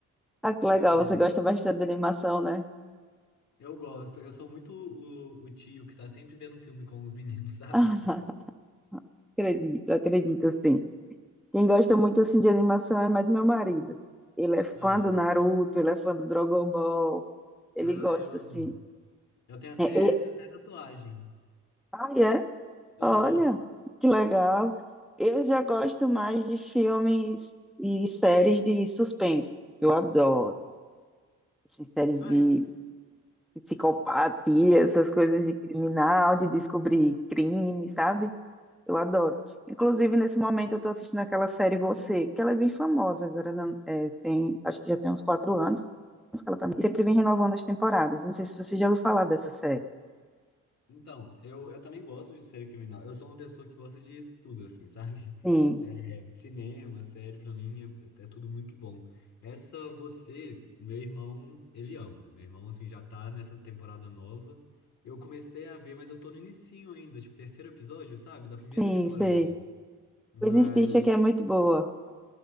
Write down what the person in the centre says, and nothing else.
Ah, que legal,
você
gosta bastante de animação, né?
<laughs> Ah, acredito, acredito, sim. Quem gosta muito, assim, de animação é mais meu marido. Ele é fã
do Naruto, ele é fã do Dragon Ball. Ele
gosta,
assim.
É, é-
ah, é?
Olha, que legal. Eu já gosto mais de filmes e séries de suspense. Eu adoro. assim, séries
de psicopatia, essas coisas de criminal, de descobrir crime, sabe? Eu adoro. Inclusive, nesse momento, eu estou assistindo aquela série Você, que ela é bem famosa agora. não- é, tem, acho que já tem uns quatro anos que ela tá, sempre vem renovando as temporadas. Não sei se você já ouviu falar dessa série.
Sim,
sim,
sei.
Pois insista que é muito boa.